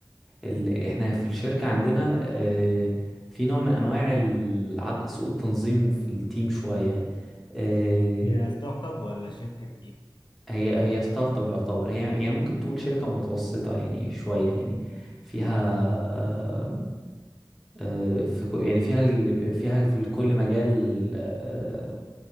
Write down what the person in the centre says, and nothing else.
ال... احنا في الشركه عندنا آه، في نوع من انواع العد... سوء التنظيم في التيم شويه آه،
هي هي ستارت اب يعتبر هي يعني ممكن تقول شركه متوسطه يعني شويه يعني فيها آه، آه، في كو- يعني فيها ال- فيها في كل مجال آه،